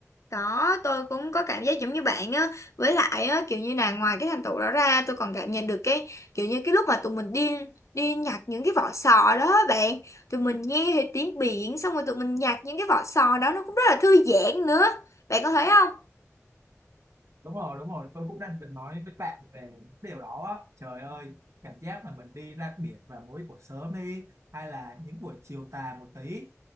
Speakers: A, on the left; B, on the right.
A: Có, tôi cũng có cảm giác giống như bạn á Với lại á, kiểu như là ngoài cái thành tựu đó ra Tôi còn cảm nhận được cái Kiểu như cái lúc mà tụi mình đi đi nhặt những cái vỏ sò đó á bạn Tụi mình nghe thấy tiếng biển Xong rồi tụi mình nhặt những cái vỏ sò đó Nó cũng rất là thư giãn nữa Bạn có thấy không?
B: đúng rồi đúng rồi tôi cũng đang định nói với bạn về điều đó á. trời ơi cảm giác mà mình đi ra biển vào mỗi buổi sớm đi hay là những buổi chiều tà một tí